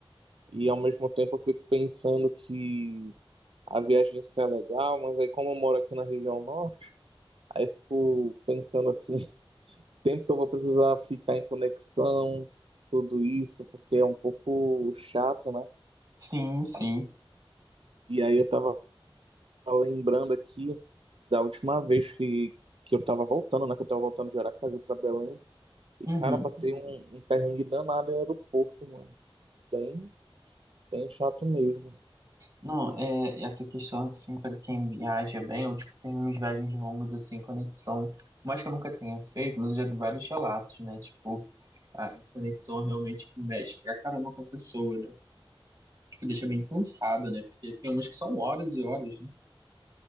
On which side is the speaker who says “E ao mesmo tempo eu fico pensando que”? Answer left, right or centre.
Right